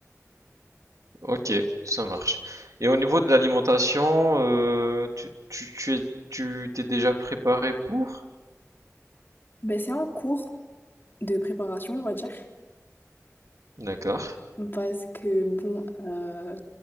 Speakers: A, on the right; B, on the left.
A: Ok, ça marche. Et au niveau de l'alimentation, euh, tu, tu, tu es, tu t'es déjà préparé pour?
B: Ben, c'est en cours de préparation, on va dire,
A: D'accord.
B: parce que bon, euh,